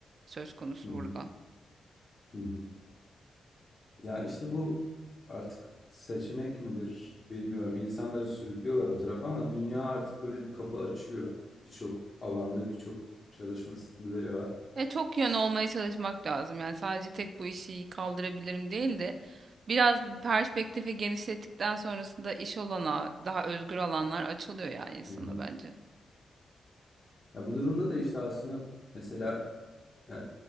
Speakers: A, on the right; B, on the left.
A: söz konusu
B: hı hı,
A: burada.
B: hı hı. Ya işte bu artık seçenek midir bilmiyorum. İnsanları sürüklüyorlar o tarafa ama dünya artık böyle bir kapı açıyor. Birçok alanda birçok çalışma stilleri var.
A: E, çok yön olmaya çalışmak lazım. Yani sadece tek bu işi kaldırabilirim değil de biraz perspektifi genişlettikten sonrasında iş olana daha özgür alanlar açılıyor yani insana
B: Hı hı.
A: bence.
B: Ya bu durumda da işte aslında mesela e,